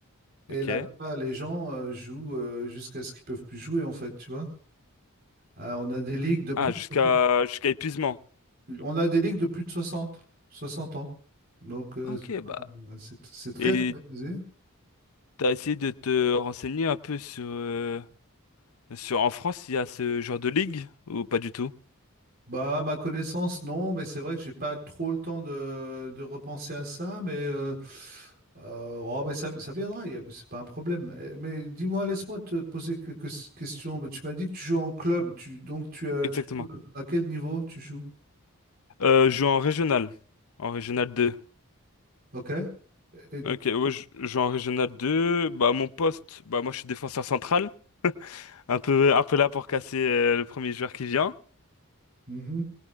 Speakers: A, on the right; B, on the left.
A: et
B: Ok.
A: là-bas, les gens euh, jouent euh, jusqu'à ce qu'ils peuvent plus jouer en fait, tu vois. Euh, on a des ligues de plus
B: Ah, jusqu'à
A: de,
B: jusqu'à épuisement.
A: on a des ligues de plus de 60, 60 ans. Donc, euh,
B: Ok,
A: c'est
B: bah.
A: c'est- c'est très
B: Et
A: organisé.
B: t'as essayé de te renseigner un peu sur, euh, Sur, en France, il y a ce genre de ligue ou pas du tout?
A: Bah, à ma connaissance, non, mais c'est vrai que j'ai pas trop le temps de, de repenser à ça, mais, euh, euh, oh, mais ça, ça viendra, y a- c'est pas un problème. Eh, Mais dis-moi, laisse-moi te poser quelques questions. Bah, Tu m'as dit que tu joues en club, tu, donc tu, as-
B: Exactement.
A: tu joues à quel niveau tu joues?
B: Euh, je joue en régional. En régional 2.
A: Ok? Et-
B: Ok, ouais, je je joue en régional 2. Bah, mon poste, bah, moi, je suis défenseur central. Un peu, un peu là pour casser euh, le premier joueur qui vient.
A: mhm,